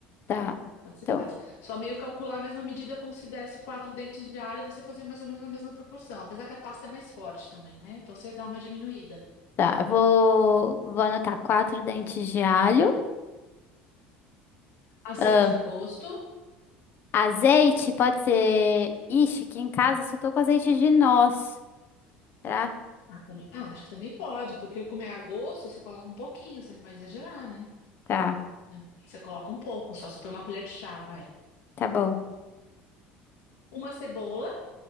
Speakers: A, on the left (about 50°); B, on the left (about 85°).
A: Tá.
B: Pode ser
A: Então,
B: pasta. Só meio calcular a mesma medida como se desse quatro dentes de alho, você fazer mais ou menos a mesma proporção. Apesar que a pasta é mais forte também, né? Então você dá uma diminuída.
A: tá. Eu vou, vou anotar quatro dentes de alho.
B: Azeite
A: Ah,
B: a gosto.
A: Azeite, pode ser. Ixi, aqui em casa eu só tô com azeite de noz. Tá?
B: Ah, também- ah, acho que também pode, porque como é a gosto, você coloca um pouquinho, você não vai exagerar, né?
A: Tá.
B: Não, Você coloca um pouco, só se põe uma colher de chá, vai.
A: Tá bom.
B: Uma cebola?